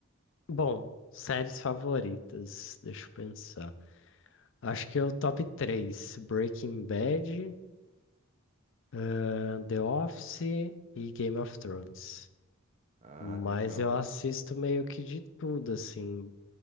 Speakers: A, on the left; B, on the right.
A: bom, séries favoritas. Deixa eu pensar. Acho que é o top três Breaking Bad, eh, The Office e Game of Thrones.
B: Ah,
A: Mas
B: legal,
A: eu assisto
B: cara.
A: meio que de tudo, assim.